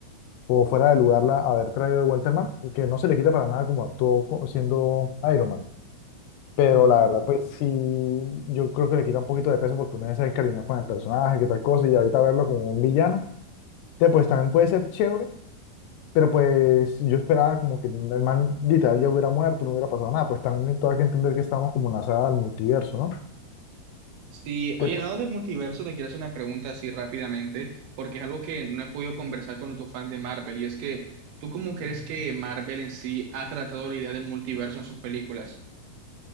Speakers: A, on the left (about 85°); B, on the right (about 75°).
A: o fuera de lugar la, haber traído de vuelta al man, y que no se le quita para nada como actuó co- siendo Iron Man. Pero
B: Mm.
A: la verdad, pues sí, yo creo que le quita un poquito de peso porque uno ya se encariñó con el personaje, que tal cosa, y ahorita verlo como un villano, entonces, pues también puede ser chévere, pero pues yo esperaba como que el man literal ya hubiera muerto, no hubiera pasado nada, pues también todo hay que entender que estamos como en la saga del multiverso,
B: Sí, oye,
A: ¿no?
B: hablando del multiverso, te quiero hacer una pregunta así rápidamente, porque es algo que no he podido conversar con otro fan de Marvel, y es que, ¿tú cómo crees que Marvel en sí ha tratado la idea del multiverso en sus películas?